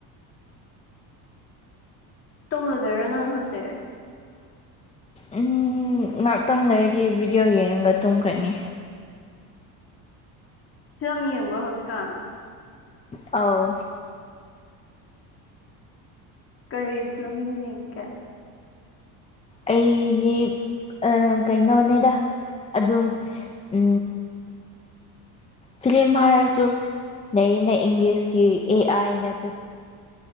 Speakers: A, on the left (about 35°); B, on the left (about 15°).
A: ꯇꯨꯝꯂꯗꯣꯏꯔ ꯅꯡ ꯍꯧꯖꯤꯛ
B: ꯎꯝ ꯉꯍꯥꯛꯇꯪ ꯂꯩꯔꯗꯤ ꯚꯤꯗꯤꯑꯣ ꯌꯦꯡꯉꯒ ꯇꯨꯝꯈ꯭ꯔꯅꯤ
A: ꯐꯤꯂꯝ ꯌꯦꯡꯕ꯭ꯔꯣ ꯍꯧꯖꯤꯛꯀꯥꯟ
B: ꯑꯥꯎ
A: ꯀꯩ ꯐꯤꯂꯝ ꯌꯦꯡꯒꯦ
B: ꯑꯩꯗꯤ ꯑ ꯀꯩꯅꯣꯅꯦꯗ ꯑꯗꯨꯝ ꯎ ꯐꯤꯂꯤꯝ ꯍꯥꯏꯔꯁꯨ ꯂꯩꯌꯦꯅ ꯏꯪꯂꯤꯁꯀꯤ ꯑꯦ ꯑꯥꯏꯅ